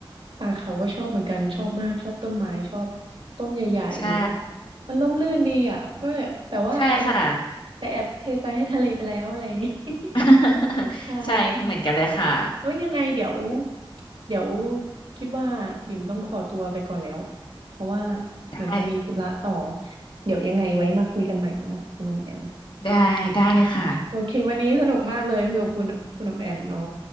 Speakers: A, on the right; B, on the left.
A: ป่าเขาก็ชอบเหมือนกันชอบมากชอบต้นไม้ชอบต้นใหญ่ๆหรือว่า
B: ใช่
A: มันร่มรื่นดีอ่ะก็เนี่ยแต่ว่าเออ
B: ใช่ค่ะ
A: แต่แอบเทใจให้ทะเลไปแล้วอะไรอย่างงี้ <laughs>
B: <laughs>
A: ใช่
B: ใช่คิดเหมือนกันเลยค่ะ
A: เอ้ยยังไงเดี๋ยวเดี๋ยวคิดว่าบิ่มต้องขอตัวไปก่อนแล้วเพราะว่า
B: ได้
A: เหมือนจะมีธุระต่อเดี๋ยวยังไงไว้มาคุยกันใหม่เนาะคุณอมแอม
B: ได้ได้เลยค่ะ
A: โอเควันนี้สนุกมากเลยคือกับคุณคุณอมแอมเนาะ